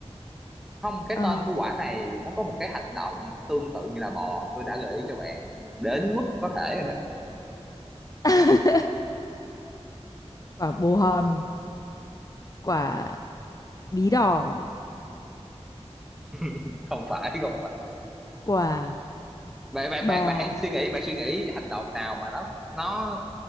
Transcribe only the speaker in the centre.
không cái
tên của quả này nó có một cái hành động tương tự như là bò tôi đã gợi ý cho bạn đến mức có thể rồi đó
<laughs> không phải không phải
bạn bạn
bạn bạn hãy suy nghĩ bạn suy nghĩ hành động nào mà nó nó